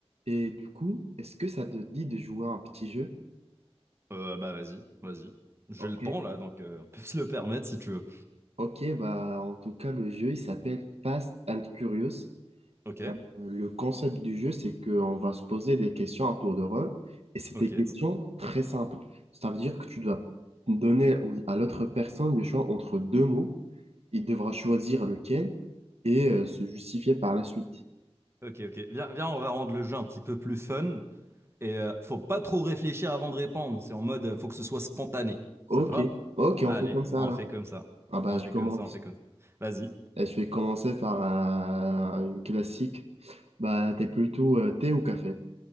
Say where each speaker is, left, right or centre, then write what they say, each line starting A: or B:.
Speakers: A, on the right; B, on the right.
A: Et du coup, est-ce que ça te dit de jouer à un petit jeu?
B: Euh, bah vas-y, vas-y. J'ai
A: Ok.
B: le temps là, donc euh, on peut se le permettre si tu veux.
A: Ok, bah en tout cas, le jeu, il s'appelle Fast and Curious.
B: Ok,
A: Euh, Le concept du jeu, c'est qu'on va se poser des questions à tour de rôle, et c'est
B: ok,
A: des questions très simples. Ça veut dire que tu dois donner aux- à l'autre personne le choix entre deux mots, il devra choisir lequel et euh, se justifier par la suite.
B: ok, ok. Viens, viens, on va rendre le jeu un petit peu plus fun. Et euh, faut pas trop réfléchir avant de répondre. C'est en mode, euh, faut que ce soit spontané.
A: Ok,
B: Ça te va?
A: ok,
B: Allez,
A: on fait comme ça
B: on
A: alors.
B: fait comme ça.
A: Ah bah
B: On fait
A: je commence.
B: comme ça, on fait comme ça. Vas-y.
A: Et je vais commencer par un- une classique. Bah, t'es plutôt euh, thé ou café?